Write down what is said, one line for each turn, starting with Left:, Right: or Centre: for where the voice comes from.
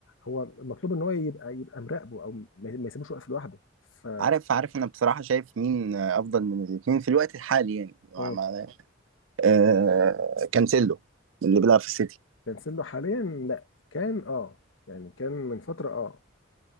Left: هو المطلوب ان هو يبقى يبقى مراقبه او ما ما يسيبوش واقف لوحده ف
Right: عارف عارف أنا بصراحة شايف مين أفضل من الاتنين في الوقت الحالي يعني مع-
Left: مم.
Right: مع- آه كانسيلو اللي بيلعب في السيتي
Left: كانسيلو حاليا لا كان اه يعني كان من فتره اه